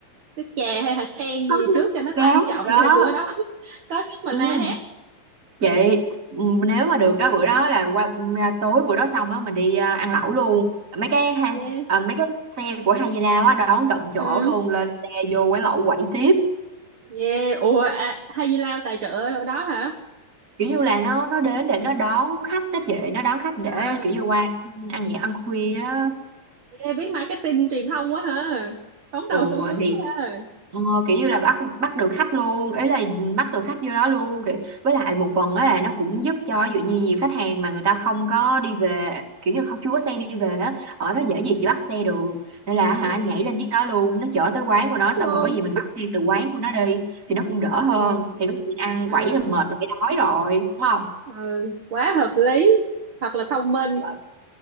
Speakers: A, on the right; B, on the right.
A: nước chè hay hạt sen gì
B: nó
A: trước
B: nó
A: cho nó
B: chán
A: thanh trọng
B: rồi đó
A: để bữa đó <laughs> có sức mà
B: ừ,
A: la hét
B: chị ừ, nếu mà được cái bữa đó là qua ừ, à, tối bữa đó xong á mình đi à, ăn lẩu luôn mấy cái ha
A: yeah.
B: à, mấy cái xe của Hai Di Lao á đón tận
A: ừ
B: chỗ luôn lên xe vô quán lẩu quẩy tiếp
A: Yeah, ủa à, hay gì lao tài trợ ở đó hả?
B: kiểu như là nó nó đến để nó đón khách đó chị nó đón khách để
A: À,
B: kiểu như qua ăn nhẹ ăn khuya á
A: yeah, biết marketing truyền thông quá hả? Đón
B: Ồ,
A: đầu xu hướng
B: thì
A: quá ha.
B: ờ, kiểu như là bắt bắt được khách luôn ý là bắt
A: Ừ,
B: được khách vô đó luôn kiểu với lại một phần đó là nó cũng giúp cho ví dụ như nhiều khách hàng mà người ta không có đi về kiểu như không chưa có xe đi về á ở đó dễ gì
A: ừ,
B: chị bắt xe được nên là hả
A: ừ,
B: nhảy lên chiếc đó luôn nó chở tới quán của
A: thích
B: nó xong
A: luôn.
B: rồi có gì mình bắt xe từ quán của nó đi thì nó cũng đỡ hơn
A: Ừ,
B: thì có gì ăn
A: ừ,
B: quẩy là mệt là phải đói rồi đúng không
A: ừ, quá hợp lý. Thật là thông minh.
B: Dạ.